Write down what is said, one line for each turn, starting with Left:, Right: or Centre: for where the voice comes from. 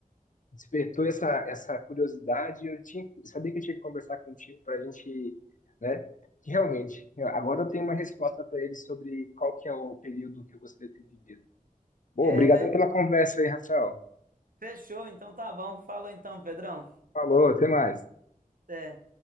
Left: despertou essa, essa curiosidade. e Eu tinha, sabia que eu tinha que conversar contigo para a gente, né? Que realmente, eu- agora eu tenho uma resposta para ele sobre qual que é o período que eu gostaria de ter vivido. Bom,
Right: É,
Left: obrigado
Right: né?
Left: pela conversa aí, Rafael.
Right: Fechou, então tá bom. Falou então, Pedrão.
Left: Falou, até mais.
Right: Até.